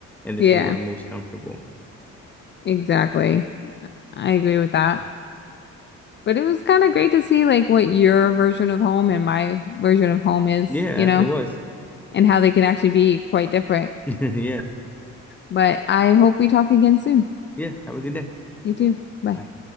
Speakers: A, in the centre; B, on the left.
A: and this
B: Yeah,
A: is where I'm most comfortable.
B: exactly. I agree with that. But it was kind of great to see like what your version of home and my version of home is,
A: Yeah,
B: you know,
A: it was.
B: and how they can actually be quite different.
A: <laughs> Yeah.
B: But I hope we talk again soon.
A: Yeah. Have a good day.
B: You too. Bye.
A: Bye.